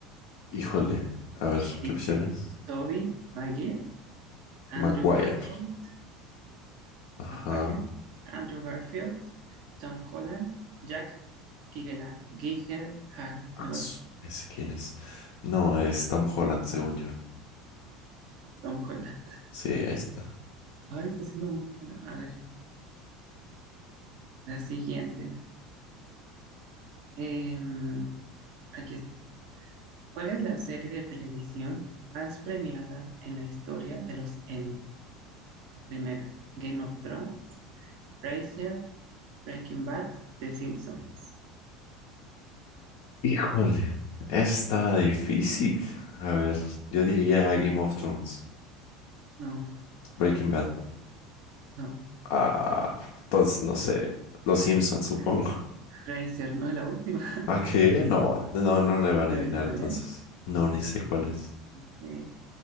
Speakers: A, on the left; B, on the right.
A: Híjole. A ver,
B: Dice
A: ¿qué opciones?
B: Tobey Maguire, Andrew
A: Maguire.
B: Garfield,
A: Ajá.
B: Maguire, Andrew Garfield, Tom Holland, Jack Gigela- Gyllenhaal,
A: Asu,
B: algo así.
A: ¿Ese quién es? No, es Tom Holland, según yo.
B: Tom Holland.
A: Sí, ahí está.
B: Ay, está siendo muy bueno. A ver, la siguiente. Em, aquí está. ¿Cuál es la serie de televisión más premiada en la historia de los Emmy? La primera, Game of Thrones, Frasier, Breaking Bad, The Simpsons.
A: Híjole. Está difícil. A ver, yo diría Game of Thrones,
B: No,
A: Breaking Bad.
B: no.
A: Ah, pues no sé. Los Simpsons, supongo.
B: <laughs>
A: <laughs>
B: Frasier, no es la última.
A: ¿A qué? No, no, no le van
B: ¿Quién sabe
A: a adivinar
B: cuál
A: entonces.
B: es?
A: No, ni sé cuál es.
B: Dice,